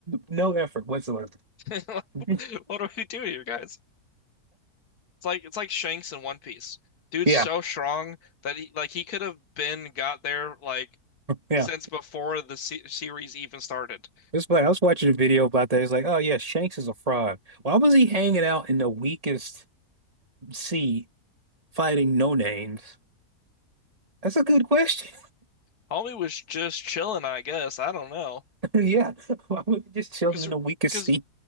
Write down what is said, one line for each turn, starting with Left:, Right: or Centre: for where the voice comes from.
Right: no effort whatsoever.
Left: <laughs>
Right: <laughs>
Left: Like, what do we do here, guys? It's like it's like Shanks in One Piece. Dude's
Right: Yeah,
Left: so strong that he like he could have been got there like
Right: yeah.
Left: since before the se series even started.
Right: It's funny. I was watching a video about that. It's like, oh yeah, Shanks is a fraud. Why was he hanging out in the weakest sea fighting no names? That's a good question.
Left: Homie was just chilling, I guess. I don't know.
Right: <laughs> Yeah, why was he just chilling
Left: Cause,
Right: in the weakest
Left: cause,
Right: seat?